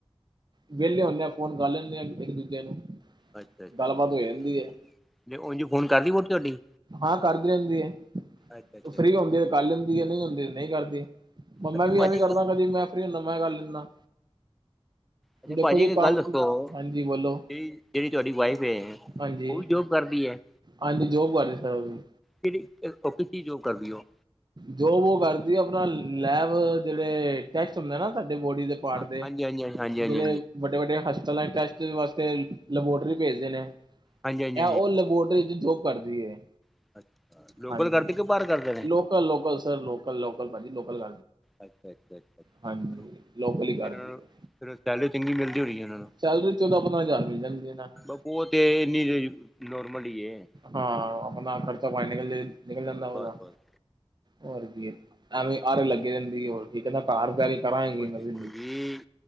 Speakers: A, on the right; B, in the centre.
A: ਵਿਹਲੇ ਹੁਦੇ ਆ, ਫੋਨ ਕਰ ਲੈਂਦੇ ਆ ਇੱਕ ਦੂਜੇ ਨੂੰ।
B: ਅੱਛਾ-
A: ਗੱਲਬਾਤ
B: ਅੱਛਾ,
A: ਹੋ ਜਾਂਦੀ ਹੈ
B: ਤੇ ਉਝ ਫੋਨ ਕਰਦੀ ਵੋਟੀ ਤੁਹਾਡੀ।
A: ਹਾਂ ਕਰਦੀ ਰਹਿੰਦੀ ਹੈ।
B: ਅੱਛਾ ਅੱਛਾ
A: ਫਰੀ ਹੁੰਦੀ ਹੈ ਕਰ ਲੈਂਦੀ ਹੈ, ਨਹੀਂ ਹੁੰਦੀ ਨਹੀਂ ਕਰਦੀ। ਮੈਂ
B: ਅੱਛਾ
A: ਵੀ
B: ਭਾਜੀ
A: ਐਵੇਂ ਕਰਦਾ। ਕਦੀ ਮੈਂ ਫਰੀ ਹੁੰਦਾ, ਮੈਂ ਕਰ ਲੈਂਦਾ।
B: ਅੱਛਾ,
A: ਦੇਖੋ
B: ਭਾਅਜੀ
A: ਜੀ
B: ਇੱਕ
A: ਕੰਮ
B: ਗੱਲ ਦੱਸੋ। ਕਿ,
A: ਹਾਂਜੀ ਬੋਲੋ
B: ਜਿਹੜੀ ਤੁਹਾਡੀ ਵਾਈਫ ਹੈ
A: ਹਾਂਜੀ
B: ਉਹ ਵੀ ਜੋ ਕਰਦੀ ਹੈ।
A: ਹਾਂਜੀ, ਜੋਬ ਕਰਦੇ ਸਰ ਉਹ ਵੀ।
B: ਕਿਹੜੀ ਉਹ ਕਿੱਥੇ ਜੋਬ ਕਰਦੀ ਉਹ
A: ਜੋਬ ਔਹ ਕਰਦੀ ਏ। ਆਪਣਾ ਲੈਬ ਜਿਹੜੇ ਟੈਕਟ ਹੁੰਦੇ ਨਾ ਤੁਹਾਡੇ ਬੋਡੀ ਦੇ। ਪਾਟ
B: ਹਾਂਜੀ
A: ਦੇ
B: ਹਾਂਜੀ ਹਾਂਜੀ ਹਾਂਜੀ ਹਾਂਜੀ
A: ਜਿਵੇਂ। ਵੱਡੇ- ਵੱਡੇ ਹਸਪਤਾਲਾਂ ਚ, ਟੈਸਟ ਵਾਸਤੇ ਲੈਬੋਰਟਰੀ ਭੇਜਦੇ ਨੇ।
B: ਹਾਂਜੀ ਹਾਂਜੀ ਹਾਂਜੀ
A: ਇਹ ਉਹ ਲੈਬੋਰਟਰੀ ਚ, ਜੋਬ ਕਰਦੀ ਹੈ,
B: ਹਾਂਜੀ ਲੋਕਲ
A: ਹਾਂਜੀ।
B: ਕਰਦੇ ਕਿ ਬਾਹਰ ਕਰਦੇ ਨੇ
A: ਲੋਕ ਲੋਕਲ ਸਰ ਲੋਕਲ- ਲੋਕਲ ਭਾਜੀ, ਸਰ ਲੋਕਲ।
B: ਅੱਛਾ- ਅੱਛਾ, ਅੱਛਾ।
A: ਹਾਂਜੀ ਲੋਕਲ ਹੀ ਕਰਦੀ
B: ਫੇਰ ਉਹਨਾਂ
A: ਹੈ
B: ਨੂੰ ਸੈਲਰੀ ਚੰਗੀ ਮਿਲਦੀ ਹੋਣੀ ਹੈ ਉਹਨਾਂ ਨੂੰ।
A: ਸੈਲਰੀ ਚੌਦਾਂ, ਪੰਦਰਾਂ ਹਜ਼ਾਰ ਮਿਲ ਜਾਂਦੀ ਇਹਨਾਂ ਨੂੰ।
B: ਬਹੂ, ਉਹ ਤੇ ਇੰਨੀ ਨੋਰਮਲ ਹੀ ਹੈ।
A: ਹਾਂ ਆਪਣਾ, ਖਰਚਾ ਪਾਣੀ ਨਿਕਲ, ਨਿਕਲ ਜਾਂਦਾ ਉਹਦਾ।
B: ਬਸ ਬਸ
A: ਹੋਰ ਕੀ, ਐਵੇਂ ਆਰੇ ਲੱਗੀ ਰਹਿੰਦੀ ਏ। ਹੋਰ ਕਹਿੰਦਾ ਘਰ ਬਹਿ ਕੇ ਕਰਨਾ ਵੀ ਕੀ
B: ਉਹ
A: ਹੈ। ਮੈਂ
B: ਦੇਖੋ
A: ਵੀ
B: ਜੀ